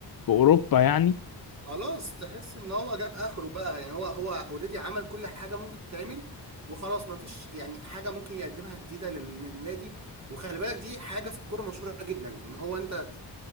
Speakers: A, on the left; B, on the right.
A: في اوروبا يعني
B: خلاص تحس ان هو جاب اخره بقى يعني هو هو اوريدي عمل كل حاجه ممكن تتعمل وخلاص ما فيش يعني حاجه ممكن يقدمها جديده لل- للنادي وخلي بالك دي حاجه في الكوره مشهوره جدا ان هو انت